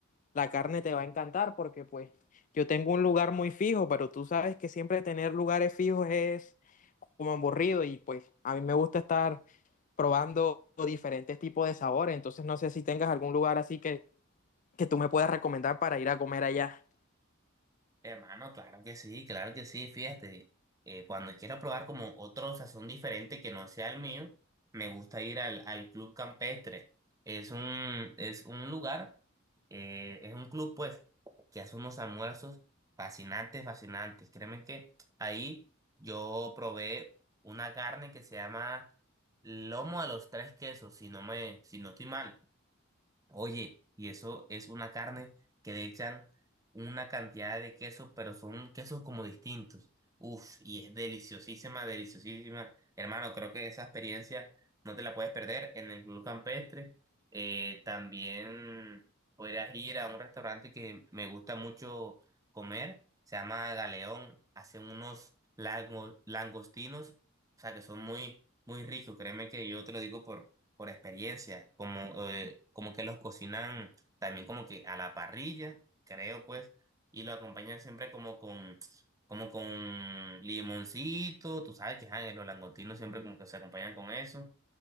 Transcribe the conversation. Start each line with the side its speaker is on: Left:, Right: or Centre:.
Left: la carne te va a encantar, porque pues yo tengo un lugar muy fijo, pero tú sabes que siempre tener lugares fijos es como aburrido y pues a mí me gusta estar probando diferentes tipos de sabores, entonces no sé si tengas algún lugar así que que tú me puedas recomendar para ir a comer allá?
Right: Hermano, claro que sí, claro que sí, fíjate, eh, cuando quiero probar como otro sazón diferente que no sea el mío, me gusta ir al, al Club Campestre. Es un, es un lugar, eh, es un club pues, que hace unos almuerzos fascinantes, fascinantes. Créeme que ahí yo probé una carne que se llama lomo a los tres quesos, si no me, si no estoy mal. Oye, y eso es una carne que le echan una cantidad de queso, pero son quesos como distintos. Uf, y es deliciosísima, deliciosísima. Hermano, creo que esa experiencia no te la puedes perder en el Club Campestre. Eh, también podrías ir a un restaurante que me gusta mucho comer, se llama Galeón. Hacen unos lango- langostinos, o sea, que son muy, muy ricos. Créeme que yo te lo digo por por experiencia, como, eh, como que los cocinan también como que a la parrilla, creo pues, y lo acompañan siempre como con, como con limoncito, tú sabes que ajá, los langostinos siempre como que se acompañan con eso,